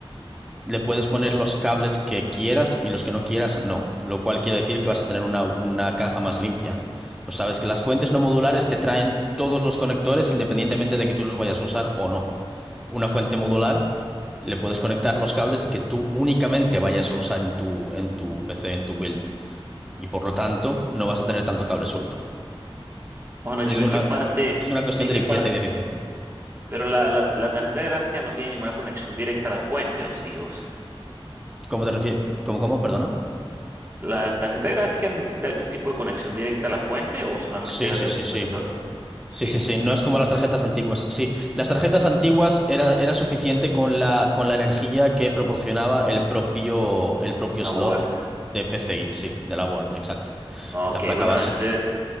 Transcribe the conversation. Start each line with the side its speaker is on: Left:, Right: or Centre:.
Centre: le puedes poner los cables que quieras y los que no quieras no, lo cual quiere decir que vas a tener una, una caja más limpia. Pues sabes que las fuentes no modulares te traen todos los conectores independientemente de que tú los vayas a usar o no. Una fuente modular le puedes conectar los cables que tú únicamente vayas a usar en tu, en tu PC, en tu build, y por lo tanto no vas a tener tanto cable suelto.
Right: Bueno, yo
Centre: Es una,
Right: en qué parte...
Centre: es una cuestión
Right: ¿En
Centre: de
Right: qué
Centre: limpieza
Right: parte?
Centre: y de eficiencia.
Right: Pero la, la, la tarjeta gráfica no tiene ninguna conexión directa a la fuente, ¿o sí? ¿O,
Centre: ¿Cómo te refieres? ¿Cómo, cómo? Perdona.
Right: ¿La tarjeta gráfica necesita algún tipo de conexión directa a la fuente o solamente
Centre: Sí,
Right: de
Centre: sí,
Right: repuestor?
Centre: sí, sí.
Right: ¿Sí?
Centre: Sí, sí, sí, no es como las tarjetas antiguas. Sí, las tarjetas antiguas era, era suficiente con la, con la energía que proporcionaba el propio, el propio
Right: Aborta.
Centre: slot de PCI, sí, de la board, exacto,
Right: Ok,
Centre: la placa
Right: bueno,
Centre: base.
Right: este,